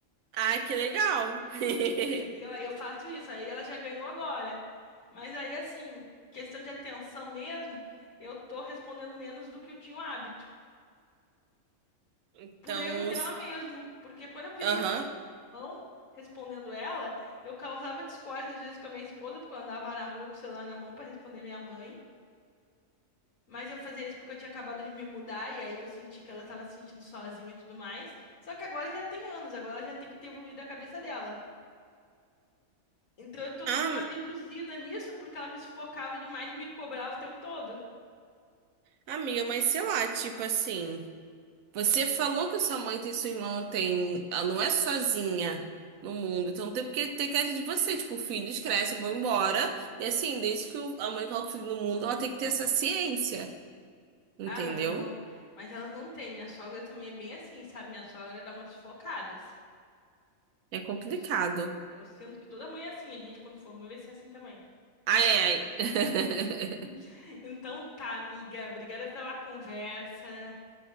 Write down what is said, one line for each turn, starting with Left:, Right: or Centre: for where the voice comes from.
Right: Ah, que legal. <laughs>
Left: entendeu? Aí eu faço isso, aí ela já ganhou agora. Mas aí assim, questão de atenção mesmo, eu tô respondendo menos do que eu tinha o hábito,
Right: Então,
Left: por erro dela
Right: s-
Left: mesmo, porque quando eu vivia
Right: aham.
Left: com o celular na mão, respondendo ela, eu causava discórdia às vezes com a minha esposa, porque eu andava na rua com o celular na mão para responder minha mãe. Mas eu fazia isso porque eu tinha acabado de me mudar e aí eu senti que ela tava se sentindo sozinha e tudo mais. Só que agora já tem anos, agora ela já tem que ter evoluído a cabeça dela. Então eu tô
Right: Ah,
Left: dando uma reduzida nisso porque ela me sufocava demais e me cobrava o tempo todo.
Right: amiga, mas sei lá, tipo assim. Você falou que sua mãe tem sua irmã tem, ela não é sozinha no mundo, então não tem porque ter queda de você, tipo, filhos crescem, vão embora, e assim, desde que o- a mãe coloca o filho no mundo, ela tem que ter essa ciência, entendeu?
Left: Ah, mas elas não, mas elas não têm. Minha sogra também é bem assim, sabe? Minha sogra dá umas sufocadas.
Right: É complicado.
Left: Eu, si- eu sinto que toda mãe é assim, a gente quando for mãe vai ser assim também.
Right: Ai, ai. <laughs>
Left: <laughs> Então tá, amiga, obrigada pela conversa.